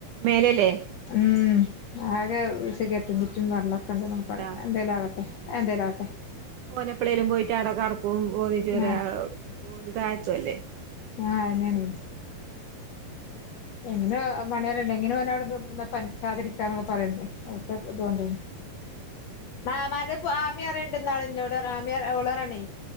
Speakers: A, on the right (about 80°); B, on the left (about 75°).
A: മേലേല്ലേ
B: ഉം ആകെ സിഗരറ്റ്
A: ആഹ്
B: കുറ്റി വേറെള്ള തൊക്കെ ഉണ്ടെന്ന
A: പിന്നെന്താ
B: പറയുന്ന എന്തിലാവട്ടെ ആഹ് എന്തെലാവട്ടെ
A: ഓനപ്പള്ളേലും പോയിട്ട് അവിടെ കടക്കും ഓണിച്ചവര
B: ആഹ്
A: ഓല് താഴത്തും അല്ലേ
B: ആഹ് അയ്നാണ് എങ്ങനെ മണിയറണ്ട് എങ്ങനെ അവിടെ പനിച്ചാതിരിക്കാന്നൊക്കെ പറയണ്ട് അവിത്തെ ഇതുകൊണ്ട് മാമാന്റെ ആമിയറണ്ട് നാളിന്നോട് ആമ്യ ഓളെപറേണ്